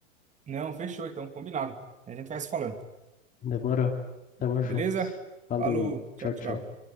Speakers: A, on the right; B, on the left.
A: Não, fechou então, combinado. A gente vai se falando.
B: Demorou. Tamo
A: Beleza?
B: junto. Falou.
A: Falou,
B: Tchau,
A: tchau, tchau.
B: tchau.